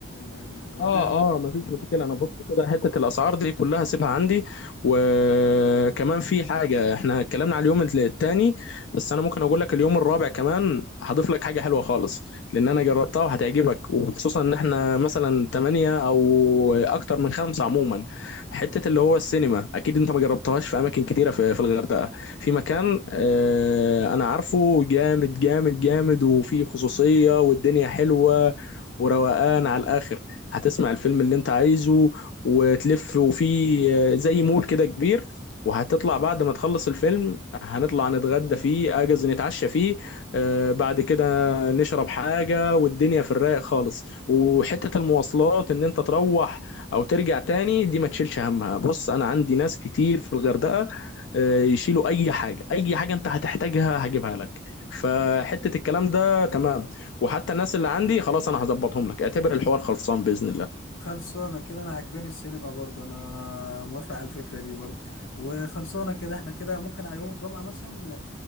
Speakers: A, on the left (about 85°); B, on the left (about 70°).
A: ال- الغردقة
B: اه
A: قبل
B: اه
A: كده
B: مفيش مشكله انا بص كده حته الاسعار دي كلها سيبها عندي وكمان في حاجه احنا اتكلمنا على اليوم التاني بس انا ممكن اقول لك اليوم الرابع كمان هضيف لك حاجه حلوه خالص لان انا جربتها وهتعجبك وخصوصا ان احنا مثلا تمانية او اكتر من خمسة عموما حته اللي هو السينما اكيد انت ما جربتهاش في اماكن كتيره في في الغردقه في مكان آه انا عارفه جامد جامد جامد وفيه خصوصيه والدنيا حلوه وروقان على الاخر هتسمع الفيلم اللي انت عايزه وتلف وفي آه، زي مول كده كبير وهتطلع بعد ما تخلص الفيلم هنطلع نتغدى فيه اجز نتعشى فيه آه، بعد كده نشرب حاجة والدنيا في الرايق خالص وحتة المواصلات ان انت تروح او ترجع تاني دي ما تشيلش همها بص انا عندي ناس كتير في الغردقة آه، يشيلوا اي حاجة اي حاجة انت هتحتاجها هجيبها لك فحتة الكلام ده تمام وحتى الناس اللي عندي خلاص انا هظبطهم لك اعتبر الحوار خلصان باذن الله
A: خلصانة كده أنا عجباني السينما برضو أنا موافق على الفكرة دي برضو وخلصانة كده احنا كده ممكن على يوم الجمعة مثلا